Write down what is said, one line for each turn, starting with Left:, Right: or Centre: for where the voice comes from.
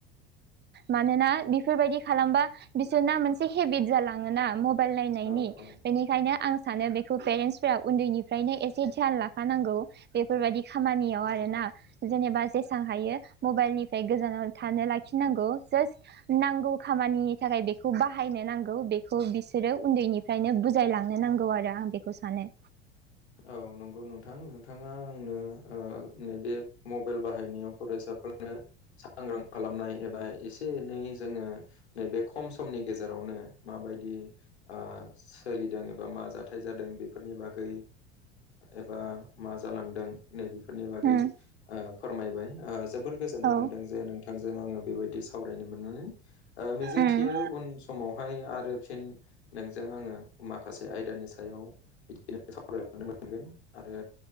Right: मानोना बेफोरबायदि खालामबा बिसोरना मोनसे हेबिट जालाङोना बाइल नायनायनि
Left: औ औ
Right: बेनि ओंखायनो आं सानो बेखौ पेरेन्टसफोरा उन्दैनिफ्रायनो एसे ध्यान लाखानांगौ बेफोरबायदि खामानियाव आरोना जेनेबा जेसबां हायो मबाइलनिफ्राय गोजानाव थानो लाखिनांगौ जास्ट नांगौ खामानिनि थाखाय बेखौ बाहायनो नांगौ बेखौ बिसोरो उन्दैनि फ्रायनो बुजायलांनो नांगौ आरो आं बेखौ सानो
Left: औ नंगौ नोंथां नोंथाङा आंनो ओ नैबे मबाइल बाहायनायाव फरायसाफोर सांग्रा खालामनाय एबा एसे एनै जोङो नैबे खम समनि गेजेरावनो माबायदि सोलिदों एबा मा जाथाय जादों बेफोरनि बागै एबा मा जालांदों नैफोरनि बागै
Right: उम
Left: फोरमायबाय जोबोर गोजोननाय
Right: औ
Left: मोनदों जे नोंथांजों आङो बेबायदि सावरायनो मोननानै मिजिं
Right: उम
Left: थियो उन समाव बेहाय आरो फिन नोंजों आङो माखासे आयदानि सायाव बिदिनो सावरायलांनो मोनगोन आरो